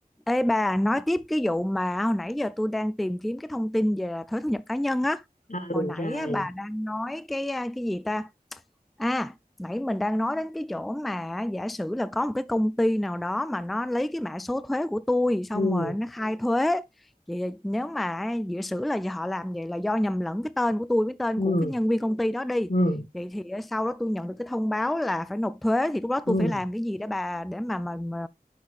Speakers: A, in the centre; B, on the left.
A: Ê bà, nói tiếp cái vụ mà hồi nãy giờ tôi đang tìm kiếm cái thông tin về thuế thu nhập cá nhân á.
B: ừ
A: Hồi nãy
B: rồi
A: á, bà đang nói cái à, cái gì ta? À, nãy mình đang nói đến cái chỗ mà giả sử là có một cái công ty nào đó mà nó lấy cái mã số thuế của tôi xong
B: ừ
A: rồi nó khai thuế. Vậy nếu mà giả sử là họ làm vậy là do nhầm lẫn cái tên của tôi với tên
B: ừ
A: của cái nhân viên công ty đó đi.
B: ừ
A: Vậy thì ờ, sau đó tôi nhận được cái thông báo là phải nộp thuế thì lúc đó
B: ừ
A: tôi phải làm cái gì để bà để mà mà, mà